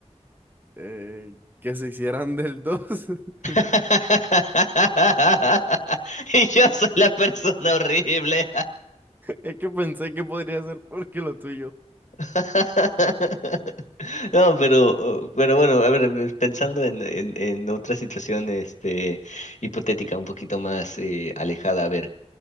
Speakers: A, on the right (about 15°); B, on the left (about 75°).
A: Eh, que se hicieran del dos <laughs>
B: <laughs> Y yo soy la persona horrible.
A: Es que pensé que podría ser porque lo tuyo.
B: <laughs> No, pero, uh, pero bueno, a ver, eh, pensando en, en, en otra situación, este, hipotética, un poquito más eh, alejada, a ver,